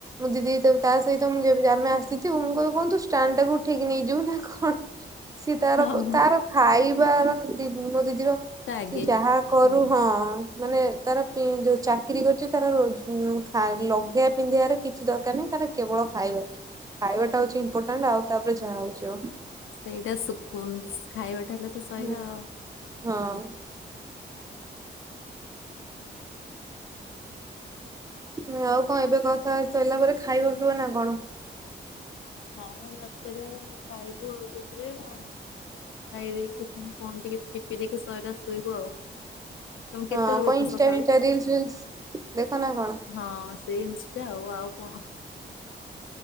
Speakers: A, on the right; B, on the left.
A: ମୁଁ ଦିଦି ତାକୁ ତା ସହିତ ମୁଁ <inaudible> ଯଦି ଆମେ ଆସିଥିବୁ ମୁଁ କହିବି କଣ୍ ତୁ ଷ୍ଟାଣ୍ଡ ଟାକୁ ଉଠେଇକ ନେଇଯିବୁ ନା କଣ। ସିଏ ତାର
B: ହଁ
A: ତାର ଖାଇବାର ଦି ମୋ ଦିଦିର
B: ତା ଆଗେ
A: ସେ ଯାହା କରୁ
B: ହୁଁ।
A: ହଁ ମାନେ ତାର ପି ଯୋଉ ଚାକିରି କରିଚି ତାର ରୋଜ ଖା ଲଗେଇବା ପିନ୍ଧିବାରେ କିଛି ଦରକାର ନାହିଁ ତାର କେବଳ ଖାଇବା, ଖାଇବାଟା ହଉଚି ଇମ୍ପୋର୍ଟାଣ୍ଟ ଆଉ ତାପରେ ଯାହା ହଉଚି ହଉ।
B: ସେଇଟା ଶକୁନସ୍ ଖାଇବାଟା ହେଲେ ତ
A: ହଉ।
B: ସଇଲା ଆଉ।
A: ହଁ। ମ୍ ଆଉ କଣ ଏବେ କଥା ହେଇ ସାଇଲା ପରେ ଖାଇବ ପିଇବ ନା କଣ?
B: ହଁ ଜଷ୍ଟ୍ ଏବେ ଖାଇବୁ ଆଉ ଟିକେ ପରେ ଆଉ। ଖାଇ ଦେଇକି ଫୁଣି ଫୋନ୍ ଟିକେ ଟିପି ଦେଇକି ସଇଲା ଶୋଇବୁ ଆଉ। ତମେ କେତେବେଳେ
A: ହଁ କଁ
B: ଉଠ
A: ଇନଷ୍ଟା
B: ସକାଳୁ?
A: ଫିନଷ୍ଟା ରିଲ୍ସ୍ ଫିଲ୍ସ୍ ଦେଖ ନା କଣ?
B: ହଁ ସେଇ ଇନଷ୍ଟା ଆଉ ଆଉ କଣ?